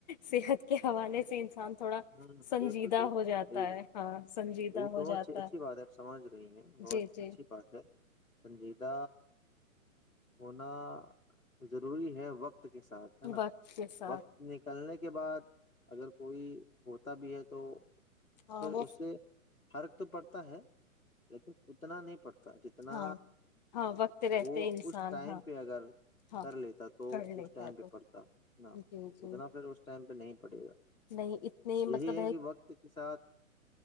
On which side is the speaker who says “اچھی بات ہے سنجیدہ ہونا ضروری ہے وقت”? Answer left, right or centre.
Left